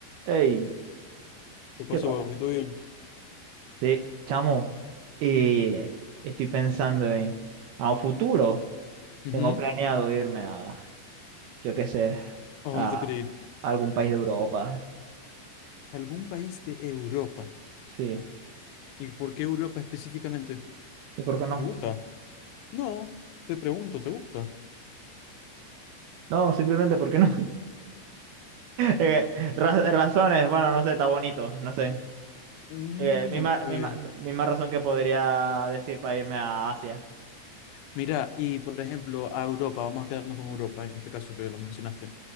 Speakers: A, on the right (about 70°); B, on the left (about 80°).
A: Hey,
B: ¿Qué pasó,
A: ¿qué tal?
B: papi? ¿Todo bien?
A: Sí, chamo, eh, estoy pensando en a un futuro.
B: Ujú.
A: Tengo planeado irme a, yo qué sé,
B: ¿A dónde
A: a
B: te querés ir?
A: algún país de Europa.
B: ¿Algún país de Europa?
A: Sí,
B: ¿Y por qué Europa específicamente?
A: ¿y por qué no?
B: ¿Te gusta? No, te pregunto, ¿te gusta?
A: No, simplemente porque no. <laughs> Eh, ra- razones, bueno, no sé, está bonito, no sé.
B: Mm,
A: Eh, misma,
B: ok.
A: misma- misma razón que podría decir para irme a Asia.
B: Mira, y por ejemplo, a Europa, vamos a quedarnos con Europa, en este caso que lo mencionaste.